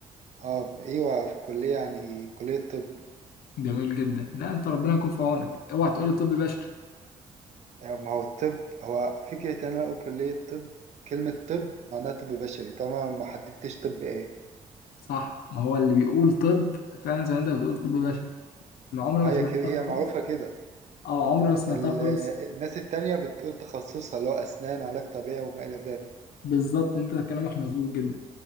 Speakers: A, on the right (about 45°); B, on the left (about 70°).
A: اه ايوه في كلية يعني كلية طب
B: جميل جدا لا انت ربنا يكون في عونك اوعى تقولي طب بشري
A: آه، ما هو الطب هو فكرة إن أنا أقول كلية طب كلمة طب معناها طب بشري طبعا ما حددتش طب إيه
B: صح ما هو اللي بيقول طب فعلا زي ما انت بتقول طب بشري انا عمري
A: فهي
B: ما سمعتها
A: كده هي
B: خالص
A: معروفة كده
B: اه عمري ما سمعتها
A: ال-
B: خالص
A: الناس التانية بتقول تخصصها اللي هو أسنان علاج طبيعي وما إلى ذلك
B: بالظبط انت كلامك مظبوط جدا